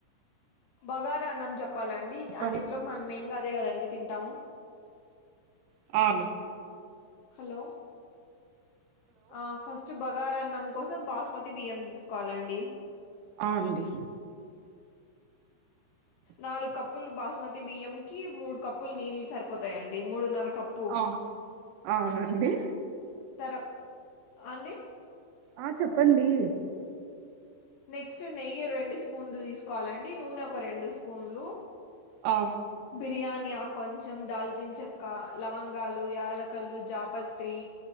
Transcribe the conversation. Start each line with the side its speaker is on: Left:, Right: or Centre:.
Left: బగారా అన్నం చెప్పాలండి అండి
Right: చెప్పండి
Left: అన్నింటిలోకి మనమ్ మెయిన్ గా అదే కదండి తింటాము
Right: అ
Left: హలో ఆ ఫస్ట్ బగారా అన్నం కోసం బాస్మతి బియ్యం తీసుకోవాలండి
Right: ఆ అండి
Left: నాలుగు కప్పులు బాస్మతి బియ్యం కి మూడు కప్పులు నీళ్లు సరిపోతాయండి మూడున్నర కప్పు
Right: ఆ అవునండి
Left: తరవ్ అండి
Right: ఆ చెప్పండి
Left: నెక్స్ట్ నెయ్యి రెండు స్పూన్లు తీసుకోవాలండి నూనె ఒక రెండు స్పూన్లు
Right: ఆ
Left: బిర్యానీ ఆక్ కొంచెం దాల్చన్ చెక్క లవంగాలు యాలకలు జాపత్రి